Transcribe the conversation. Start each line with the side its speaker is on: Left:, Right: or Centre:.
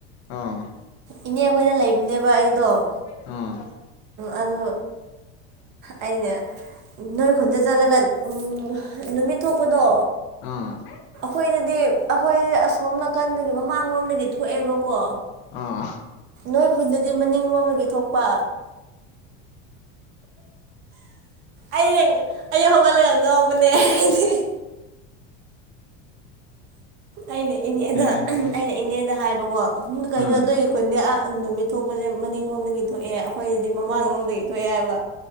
Left: ꯑꯥ
Right: ꯏꯅꯦ ꯑꯩꯈꯣꯏꯗ ꯂꯩꯕꯅꯦꯕ ꯑꯩ ꯑꯗꯣꯝ
Left: ꯑꯥ
Right: ꯑꯣ ꯑꯩꯅ ꯅꯣꯏ ꯈꯨꯟꯗ ꯆꯠꯂꯒ ꯎꯝ ꯅꯨꯃꯤꯠ ꯊꯣꯛꯄꯗꯣ
Left: ꯑꯥ
Right: ꯑꯩꯈꯣꯏꯗꯗꯤ ꯑꯩꯈꯣꯏꯗꯤ ꯑꯁꯣꯝ ꯅꯥꯀꯟꯗꯒꯤ ꯃꯃꯥꯡꯂꯣꯝꯗꯒꯤ ꯊꯣꯛꯑꯦꯕꯀꯣ
Left: ꯑ
Right: ꯑꯩꯈꯣꯏ ꯈꯨꯟꯗꯗꯤ ꯃꯅꯤꯡ ꯂꯣꯝꯃꯒꯤ ꯊꯣꯛꯄ ꯑꯩ ꯑꯩ ꯍꯧꯒꯠꯂꯒ ꯉꯥꯎꯕꯅꯦ ꯑꯩꯗꯤ ꯑꯩꯅ ꯏꯅꯦꯗ
Left: ꯕꯦꯔꯥꯅꯤ
Right: ꯑꯩꯅ ꯏꯅꯦꯗ ꯍꯥꯏꯕꯀꯣ ꯀꯩꯅꯣ
Left: ꯑꯥ
Right: ꯅꯣꯏꯒꯤ ꯈꯨꯟꯗꯤ ꯅꯨꯃꯤꯠ ꯊꯣꯛꯄꯁꯦ ꯃꯅꯤꯡꯂꯣꯝꯗꯒꯤ ꯊꯣꯛꯑꯦ ꯑꯩꯈꯣꯏꯁꯤꯗꯤ ꯃꯃꯥꯡꯂꯣꯝꯗꯒꯤ ꯊꯣꯛ ꯊꯣꯛꯑꯦ ꯍꯥꯏꯕ